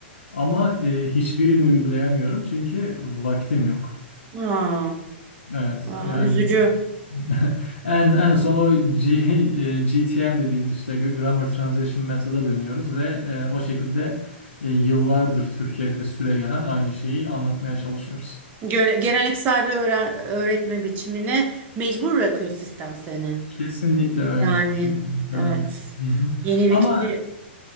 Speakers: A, on the left; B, on the right.
A: Ama e, hiçbirini uygulayamıyorum çünkü vaktim yok.
B: Aa,
A: Evet,
B: aa,
A: yani
B: üzücü.
A: <laughs> En, en son o G- e, G T M dediğimiz işte Grammar Translation Method'a dönüyoruz ve e, o şekilde e, yıllardır Türkiye'de süregelen aynı şeyi anlatmaya çalışıyoruz.
B: Göre- Geleneksel bir öğre- öğretme biçimine mecbur bırakıyor sistem seni.
A: Kesinlikle öyle.
B: Yani
A: Kesinlikle
B: evet.
A: öyle. Hı hı.
B: Yenilikçi
A: Ama